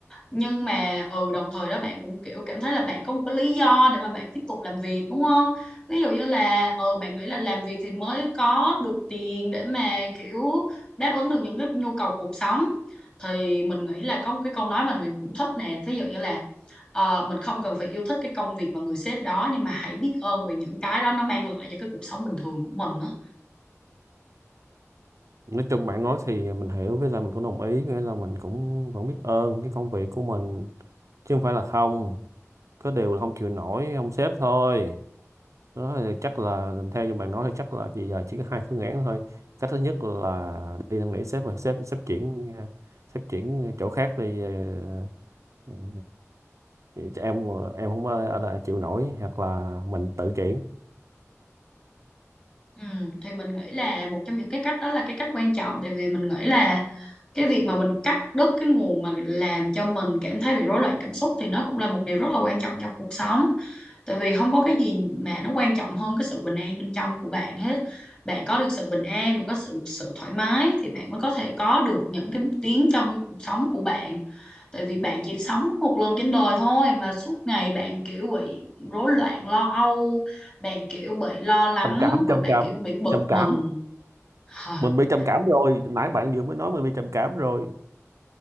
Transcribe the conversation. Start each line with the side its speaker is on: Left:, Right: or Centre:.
Left: nhưng mà ừ đồng thời đó bạn cũng kiểu cảm thấy là bạn có một cái lý do để mà bạn tiếp tục làm việc đúng không ví dụ như là ừ bạn nghĩ là làm việc thì mới có được tiền để mà kiểu đáp ứng được những cái nhu cầu cuộc sống thì mình nghĩ là có một cái câu nói mà mình cũng thích nè ví dụ như là ờ, mình không cần phải yêu thích cái công việc và người sếp đó nhưng mà hãy biết ơn về những cái đó nó mang lại cho cái cuộc sống bình thường của mình đó.
Right: nói chung bạn nói thì mình hiểu với lại mình cũng đồng ý nghĩa là mình cũng vẫn biết ơn cái công việc của mình chứ không phải là không có điều là không chịu nổi ông sếp thôi đó thì chắc là theo như bạn nói thì chắc là thì giờ chỉ có hai phương án thôi cách thứ nhất là đi năn nỉ sếp mà sếp sếp chuyển ờ, sếp chuyển chỗ khác đi ờ, ờ, cho em em không ờ, ở lại chịu nổi hoặc là mình tự chuyển
Left: Ừ, thì mình nghĩ là một trong những cái cách đó là cái cách quan trọng tại vì mình nghĩ là cái việc mà mình cắt đứt cái nguồn mà làm cho mình cảm thấy bị rối loạn cảm xúc thì nó cũng là một điều rất là quan trọng trong cuộc sống tại vì không có cái gì mà nó quan trọng hơn cái sự bình an bên trong của bạn hết bạn có được sự bình an bạn có sự sự thoải mái thì bạn mới có thể có được những cái bước tiến trong cuộc sống của bạn tại vì bạn chỉ sống một lần trên đời thôi mà suốt ngày bạn kiểu bị rối loạn lo âu bạn kiểu bị lo lắng
Right: trầm cảm
Left: rồi
Right: trầm
Left: bạn
Right: cảm
Left: kiểu bị bực
Right: trầm
Left: mình
Right: cảm
Left: <laughs>
Right: mình bị trầm cảm rồi nãy bạn vừa mới nói mình bị trầm cảm rồi